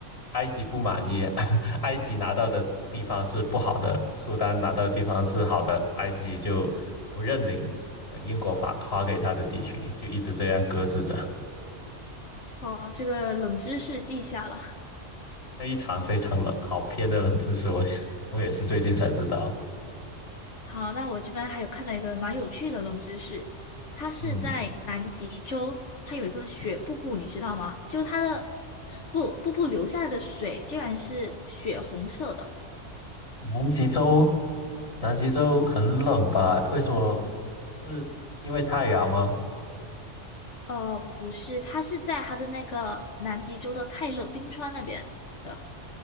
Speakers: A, on the left; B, on the left.
A: 埃及不满意，<laughs> 埃及拿到的地方是不好的，苏丹拿到的地方是好的，埃及就不认领呃英国发发给他的地区，就一直这样搁置着。
B: 哦，这个冷知识记下了。
A: 那一场非常冷，好偏的冷知识，我我也是最近才知道。
B: <laughs> 好，那我这边还有看到一个蛮有趣的冷知识，它是在南极洲，
A: 嗯，
B: 它有一个雪瀑布，你知道吗？就它的瀑瀑布流下来的水竟然是血红色的。
A: 南极洲，南极洲很冷吧？为什么？是因为太阳吗？
B: 呃，不是，它是在它的那个南极洲的泰勒冰川那边的。